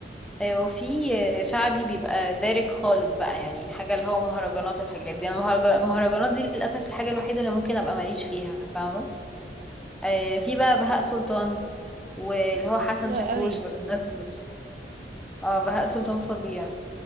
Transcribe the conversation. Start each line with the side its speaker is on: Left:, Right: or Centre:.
Centre: آه، وفي آه، شعبي بيبقى دارك خالص بقى يعني حاجة اللي هو مهرجانات والحاجات دي انا مهرج- المهرجانات دي للأسف الحاجة الوحيدة اللي ممكن ابقى ماليش فيها فاهمة آه، في بقى بهاء سلطان واللي هو
Right: اه
Centre: حسن
Right: ده حلو
Centre: شاكوش
Right: قوي
Centre: والناس دول اه بهاء سلطان فظيع